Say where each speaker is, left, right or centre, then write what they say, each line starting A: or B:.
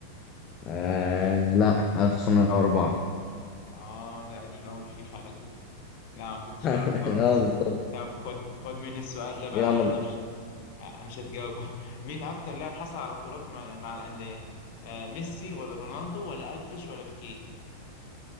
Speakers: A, on the left (about 35°); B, on the left (about 50°).
A: أه لا 1904
B: آه ده قديم أوي الفيفا على كده لا ما كنتش أعرف
A: <laughs>
B: خالص
A: اه بالظبط
B: طب خد خد مني السؤال ده بقى
A: يلا
B: يلا مش مش هتجاوبه <laughs> مين أكتر لاعب حصل على بطولات مع, مع الأندية؟ آه ميسي ولا رونالدو ولا ألفيش ولا بيكيه؟